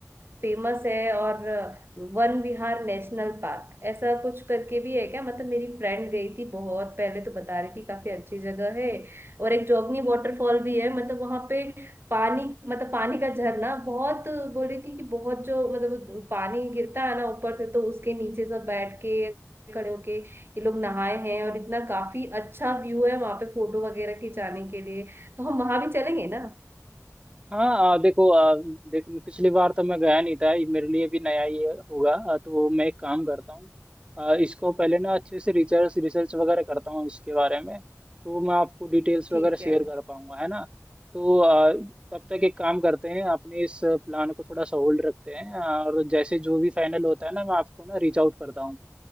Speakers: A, on the right; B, on the right.
A: फेमस है और अ, वन विहार नेशनल पार्क ऐसा कुछ करके भी है क्या मतलब मेरी फ्रेंड गई थी बहुत पहले तो बता रही थी काफी अच्छी जगह है और एक जोगनी वाटरफॉल भी है मतलब वहां पे पानी मतलब पानी का झरना बहुत बोल रही थी कि बहुत जो मतलब पानी गिरता है ना ऊपर से तो उसके नीचे सब बैठ के खड़े होके ये लोग नहाए हैं और इतना काफी अच्छा व्यू है वहां पे फोटो वगैरह खिंचाने के लिए तो हम वहां भी चलेंगे ना
B: हाँ आ, देखो आ, देख पिछली बार तो मैं गया नहीं था ये मेरे लिए भी नया ही होगा आ, तो मैं एक काम करता हूँ आ, इसको पहले ना अच्छे से रिसर्च रिसर्च वगैरह करता हूँ इसके बारे में तो मैं आपको डिटेल्स
A: ठीक
B: वगैरह शेयर
A: है
B: कर पाऊंगा है ना तो आ, तब तक एक काम करते हैं अपने इस प्लान को थोड़ा सा होल्ड रखते हैं और जैसे जो भी फाइनल होता है ना मैं आपको ना रीच आउट करता हूँ